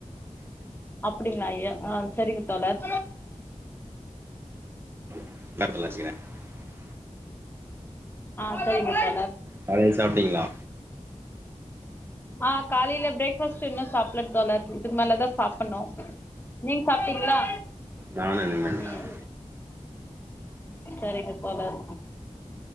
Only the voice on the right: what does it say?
<unintelligible>
காலையில் சாப்ட்டீங்களா
நானு இனிமேல்
தாங்க